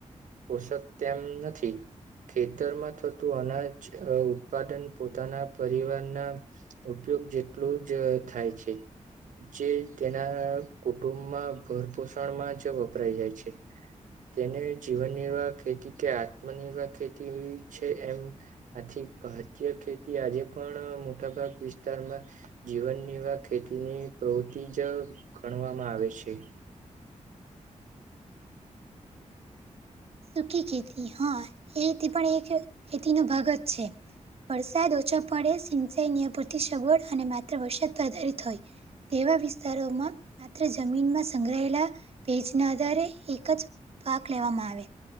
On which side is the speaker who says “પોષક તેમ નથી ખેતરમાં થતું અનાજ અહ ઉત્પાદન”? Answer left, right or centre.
Right